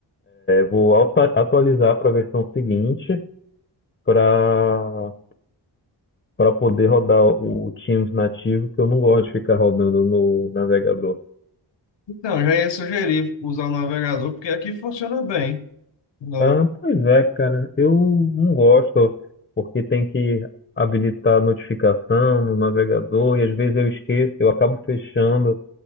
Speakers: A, on the left; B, on the left.
A: vou auta- atualizar para a versão seguinte para para poder rodar o Teams nativo, que eu não gosto de ficar rodando no navegador.
B: Então, já ia sugerir usar o navegador, porque aqui funciona bem. No...
A: Ah, pois é, cara, eu não gosto, porque tem que habilitar a notificação no navegador e às vezes eu esqueço, eu acabo fechando.